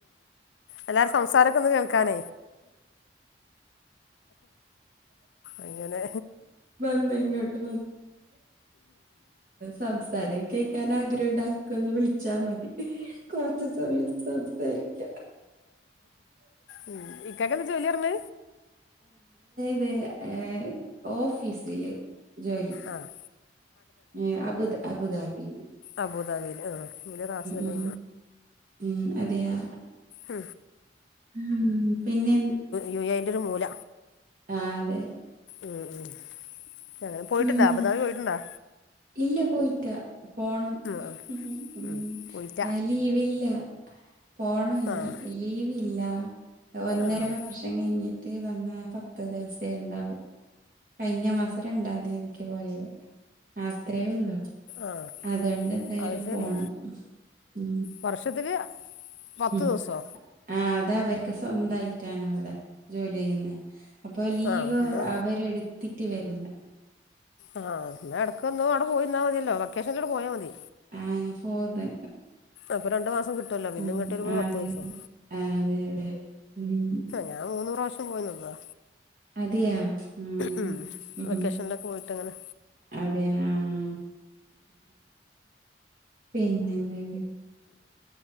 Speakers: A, on the left; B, on the right.
A: എല്ലാരും സംസാരൊക്ക ഒന്ന് കേൾക്കാന അങ്ങനെ
B: വന്നോ ഇങ്ങോട്ട് സംസാരം കേക്ക ആ്രണ്ടാക്ക ഒന്ന് വിളിച്ചാ മതി കൊറച്ച സമയം സംസാരിക്ക
A: ഉ ഇക്കക്കെ എന്താ ജോലി പറഞ്ഞ
B: അ ഓഫീസിില് ജോലി
A: ആഹ്
B: ഏ അബുദ് അബുദാബി
A: അബുദാബിയില് ആഹ ഇല റാസില
B: ഉം
A: കഴ
B: ഉം അതെയാ
A: ഉ
B: ഉം പിന്നെ
A: യു എ ന്റെ ഒരു മൂല
B: ആ അതെ
A: ഉം ഉം അങ്ങനെ പോയിട്ടുണ്ട
B: ഉം
A: അബതാവിി പോയിട്ടുണ്ടാ
B: ഇല്ല പോയിട്ട പോണം
A: ആഹ്
B: ഉ
A: ഉം പോയിറ്റ
B: ആ ലീവില്ല പോണ എന്ന
A: ആഹ്
B: ലീവ്ല്ല ഒന്നര
A: ആഹ്
B: വർഷം കഴിഞ്ഞിട്ട് മറ്റേ വന്ന പക്ത ദിവസേ ഉണ്ടാവും കഴിഞ്ഞ മാസം രണ്ടാം തീയതിക്ക് പോയത് അത്രേ ഉള്ളു
A: ആഹ്
B: അതുകണ്ട് എന്തായാലും
A: അത് ശരി
B: പോണം ഉ
A: വർഷത്തില് പത്ത്
B: ഉ
A: ദിവസോ
B: ആ അത അവർക്ക് സ്വന്തായിട്ടാണ് അവിടെ ജോലി അപ്പൊ ലീവ്
A: ആഹ് എന്നാ
B: അവരെ എടുത്തിട്ട് വുന്ന
A: ആ്ന്നാ ഇടക്ക്ൊന്നും അവിടെ പോയിന്നാ മതിയല്ലോ വൊക്കേഷനിന്റെോടെ പോയാൽ മതി
B: ആയാ പോത്െ
A: അപ്പൊ രണ്ട് മാസം കിട്ടുവല്ലോ പിന്നെ
B: ഉ
A: ഇങ്ങോട്ട് വരുമ്പോ ഒരു
B: അതെെ
A: പത്ത് ദിവസം
B: അതെ അതെ ഉം
A: ഞാൻ മൂന്ന് പ്രാവശ്യം പോയി നിന്നതാ
B: അതെയാ ഉ
A: ഉം
B: ഉ
A: വെക്കേഷനിലൊക്കെ പോയിട്ട് അങ്ങനെ
B: അതെ ആഹ പിന്നെന്ന